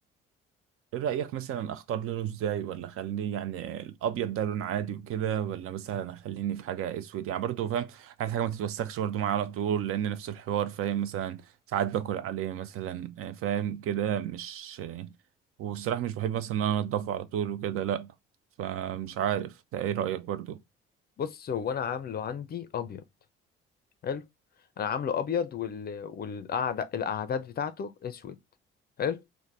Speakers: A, on the right; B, on the left.
A: ايه رأيك مثلا اختار لونه ازاي ولا اخليه يعني الابيض ده لون عادي وكده ولا مثلا اخليني في حاجة اسود يعني برضو فاهم عايز حاجة ما تتوسخش برضو معايا على طول لان نفس الحوار فاهم مثلا ساعات باكل عليه مثلا آه، فاهم كده مش آه، والصراحة مش بحب مثلا ان انا انضفه على طول وكده لا فمش عارف ده ايه رأيك برضو
B: بص هو أنا عامله عندي أبيض حلو أنا عامله أبيض وال... والقعدة الأعداد بتاعته أسود حلو